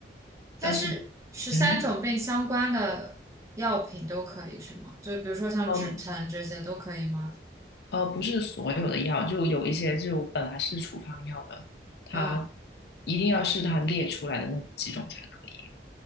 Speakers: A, on the right (about 15°); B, on the left (about 65°).
A: 它是十三种病相关的药品都可以是吗？
B: 但是，嗯哼，
A: 就比如说像止疼这些都可以吗？
B: 呃，呃，不是所有的药，就有一些就本来是处方药的，它
A: 嗯，
B: 一定要是它列出来的那几种才可以。